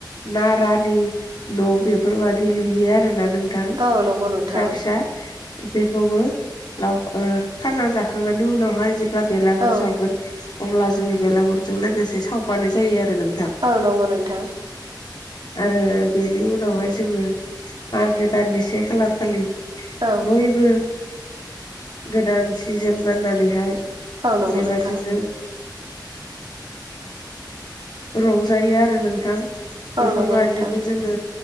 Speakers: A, on the left; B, on the right.
A: नारानि न' बेफोरबादि लुयो आरोना नों थां फिसा
B: औ नंगौ नोंथां
A: फिसा बेखौबो लाव ओ खाना जाखांनायनि उनावहाय जेब्ला बेलागुर
B: औ
A: सावगोन अब्ला जोङो बेलागुरजों लोगोसे सावफानाय जायो आरो नों
B: औ नंगौ नोंथां
A: आरो बेनि उनावहाय जोङो मागो दाननि से खालार खालि
B: औ
A: बयबो गोदान सि जोम गाननानैहाय
B: औ नंगौ
A: बेबादिनो
B: नोंथां
A: रंजायो आरो नोंथां
B: औ
A: बेफोरबादिनो
B: नंगौ नोंथां
A: जोङो